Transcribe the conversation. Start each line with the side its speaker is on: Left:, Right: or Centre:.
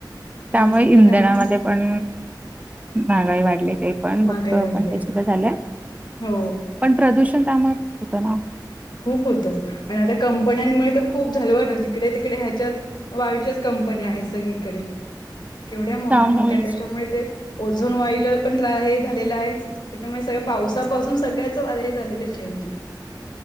Left: दोन
Right: त्यामुळे
Left: चाकी
Right: इंधनामध्ये
Left: गाड्यांसाठी
Right: पण महागाई वाढली ते पण
Left: महागाई
Right: बघतो
Left: वाढली
Right: आपण का सुद्धा झालंय
Left: हो
Right: पण प्रदूषण त्यामुळे होतं ना
Left: खूप होत आणि आता कंपन्यांमुळे तर खूप झालव ना जिकडे तिकडे ह्याच्यात मग बाईच्याच कंपनी आहेत सगळीकडे केवढ्या मोठ्या
Right: त्यामुळेच
Left: मोठ्या त्याच्यामुळे ते ओझोन वाईल पण हे झालेला आहे त्याच्यामुळे सगळ पावसापासून सगळ्याच हे झालेलं न जी